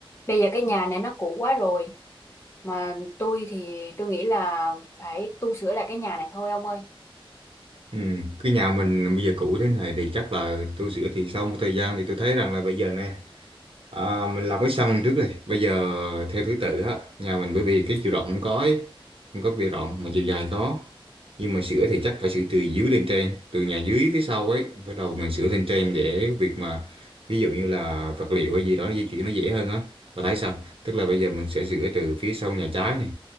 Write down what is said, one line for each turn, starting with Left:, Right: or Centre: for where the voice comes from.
Left: Bây giờ cái nhà này nó cũ quá rồi. Mà tôi thì tôi nghĩ là phải tu sửa lại cái nhà này thôi ông ơi.
Right: Ừ, cái nhà mình bây giờ cũ thế này thì chắc là tôi sửa thì sau một thời gian thì tôi thấy rằng là bây giờ nè à, mình làm cái sân trước đi bây giờ theo thứ tự á nhà mình bởi vì cái chiều rộng không có ấy, không có bề rộng mà chiều dài có nhưng mà sửa thì chắc phải sửa từ dưới lên trên từ nhà dưới phía sau ấy bắt đầu mình sửa lên trên để việc mà ví dụ như là vật liệu hay gì đó di chuyển nó dễ hơn á và thấy sao tức là bây giờ mình sẽ sửa từ phía sau nhà trái này